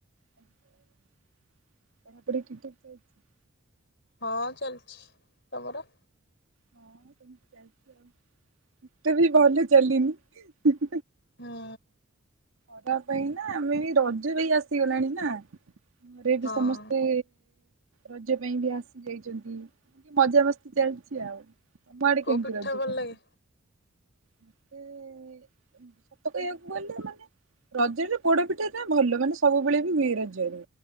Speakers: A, on the right; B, on the left.
A: ପଢ଼ା ପଢ଼ି ଠିକ୍ ଠାକ୍ ଚାଲିଚି।
B: ହଁ ଚାଲିଛି ତମର?
A: ହଁ ସେମତି ଯାଇଛି ଆଉ ଏତେ ବି ଭଲ ଚାଲିନି।
B: ହୁଁ।
A: ଙ୍କପାଇଁ ନା ଆମେ ବି ରଜ ବି ଆସିଗଲାଣି ନା। ଘରେ ବି
B: ହଁ
A: ସମସ୍ତେ ରଜ ପାଇଁ ବି ଆସି ଯାଇଛନ୍ତି ମଜା ମସ୍ତି ଚାଲିଛି ଆଉ। ତମଆଡେ
B: କୋଉ
A: କେମିତି
B: ପିଠା
A: ରଜ
B: ଭଲ
A: ପାଇଁ?
B: ଲାଗେ
A: ମତେ ସତ କହିବାକୁ ଗଲେ ମାନେ ରଜରେ ପୋଡପିଠା ଟା ଭଲ ମାନେ ସବୁବେଳେ ବି ହୁଏ ରଜରେ।